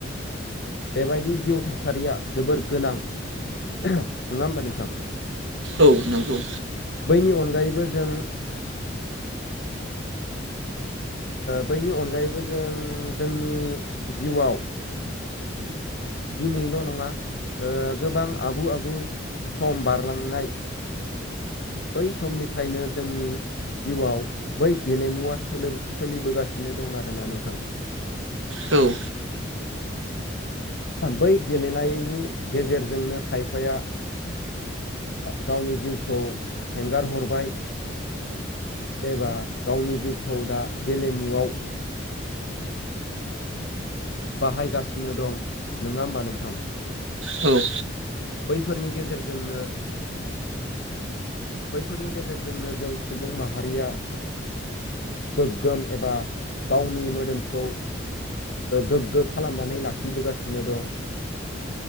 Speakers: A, on the left; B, on the right.
A: बेबायदि जिउ थासारिया जोबोर गोनां नङा होमबा नोंथां?
B: औ नोंगौ।
A: बैनि अनगायैबो जों बैनि अनगायैबो जों जोंनि जिउआव दिनैल' नङा गोबां आगु आगु सम बारलांनाय बै समनिफ्रायनो जोंनि जिउआव बै गेलेमुवा सोलिबोगासिनो दं आरोना नोंथां।
B: औ
A: बै गेलेनायनि गेजेरजोंनो खायफाया गावनि जिउखौ हेंगार हरबाय। एबा गावनि जिउखौ दा गेलेमुआव बाहायगासिनो दं नङा होमबा नोंथां?
B: औ
A: बैफोरनि गेजेरजोंनो बैफोरनि गेजेरजोंनो जों सुबुं माहारिया गोग्गोम एबा गावनि मोदोमखौ गोग्गो खालामनानै लाखिबोगासिनो दं।